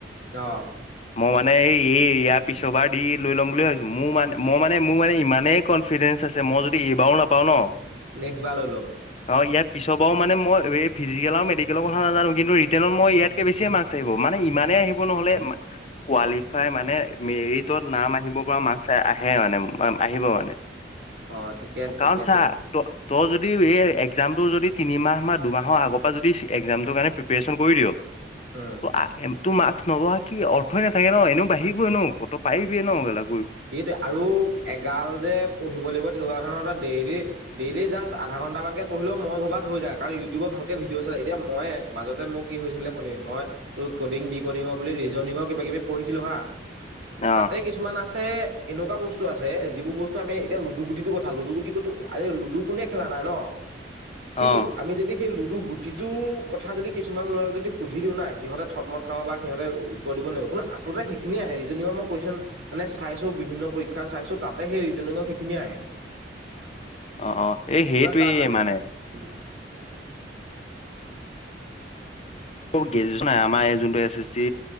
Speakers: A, on the right; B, on the left.
A: অ'।
B: মই মানে এই এই ইয়াৰ পিছৰবাৰ দি লৈ ল'ম বুলি ভাবছো মোৰ মানে মই মানে মোৰ মানে ইমানেই কনফিডেন্স আছে মই যদি এইবাৰো নাপাওঁ ন'।
A: নেক্সট বাৰ লৈ লম।
B: অ ইয়াৰ পিছৰ পৰা মানে মই এই ফিজিকেল আৰু মেডিকেলৰ কথা নাজানো কিু ৰিটেনত মই ইয়াতক বেছিয়ে মাৰ্ক আহিব মান হেই। আহিব নহ'লে কোৱালিফাই মানে মেৰিটত নাম আহিব পৰা মাৰ্ক আহে মানে। আহিব মানে
A: অ ঠিকে আছে
B: কাৰণ
A: ঠিকে
B: চা
A: আছে
B: তই যদি এই একজাম। তোৰ যদি তিনিমাহ বা দুমাহৰ আগৰ পৰা যদি একজাম টোৰ কাৰণে প্ৰিপেৰেশ্যন কৰি দিয়
A: উম
B: আহ এম। তো মাৰ্ক্স নবহা কি অৰ্থই নাথাকে ন' এনেও বাঢ়িবই নো ক তো পাৰিবি ন' কেলা।
A: সেইটোৱে আৰু এগাল যে পঢ়িব লাগিব। তেনেকুৱা ধৰণৰ ডেইল-ডেইলি জাষ্ট আধা ঘণ্টা মান কে পঢ়িলও মই ভবাত হৈ যায় কাৰণ ইউটিউবত ভালকে ভিডিঅচ এতিয়া মই মাজতে মোক কি হৈছিলে শুনিবি মই তোৰ কডিং, ডিকডিঙৰ বুলি ৰিজনিঙৰ কিবাকিবি পঢ়িছিলো। হা
B: অ
A: তাতে কিছুমান আছে। এনেকুৱা বস্তু আছে যিবোৰ বস্তু আমি এতিয়া লুডু গুটিটো কথা, লুডু গুটি আ লুডু কোনে খেলা নাই ন'। কিন্তু
B: অ'।
A: আমি যদি সেই লু কিন্তু গুটিটোৰ কথা যদি কিছুমান ল'ৰাক যদি সুধি দিও নাই সিহঁতে থটমত খাব বা সিহঁতে উত্তৰ দিব নোৱাৰে। আচলতে সেইখিনিয়ে আহে ৰিজনিং মোক কোৱেশ্যন। মানে চাইছো বিভিন্ন পৰীক্ষা চাইছো তাতে সেই ৰিজনিঙৰ সেইখিনিয়ে আহে।
B: অ', অ', এই সেইটোৱেই
A: ইমান টান নাহে
B: মানে
A: উম।
B: গ্ৰেজুৱেচন নাই আমাৰ যোনটো এছ এছ চি